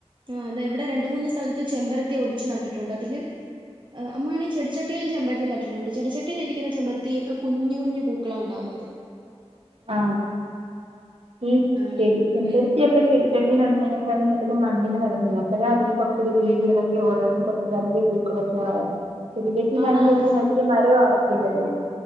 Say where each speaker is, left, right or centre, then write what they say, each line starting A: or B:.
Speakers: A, on the right; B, on the right.
A: ആ അതെ ഇവിടെ രണ്ട് മൂന്ന് സ്ഥലത്ത് ചെമ്പരത്തി ഓടിച്ച് നട്ടിട്ടുണ്ട് അതില് അ അമ്മയാണെങ്കിൽ ചെടിച്ചട്ടിയിലും ചെമ്പരത്തി നട്ടിട്ടുണ്ട് ചെടിച്ചട്ടിയിലിരിക്കുന്ന ചെമ്പരത്തിയൊക്കെ കുഞ്ഞുകുഞ്ഞു പൂക്കളഉണ്ടാവുന്ന് ന്നത്
B: ആ ഈ
A: അങ്ങനെ.
B: ചെടി ചെമ്പരത്തിയൊക്കെ
A: വെ
B: ചെടിച്ചട്ടി നടുന്ന തിലും നല്ലത് മണ്ണിൽ നടുന്നത അപ്പഴാ അതിന് കുറച്ചൂടെ വേടികളൊക്കെ ഓടാനും കുറച്ച് വലിയ പൂക്കളൊക്കെ ആവനും ചെടിച്ചട്ടിയിലാണെങ്കിൽ
A: ആണാണ്
B: അധികം വലിയ മരവും ആവത്തില്ലല്ലോ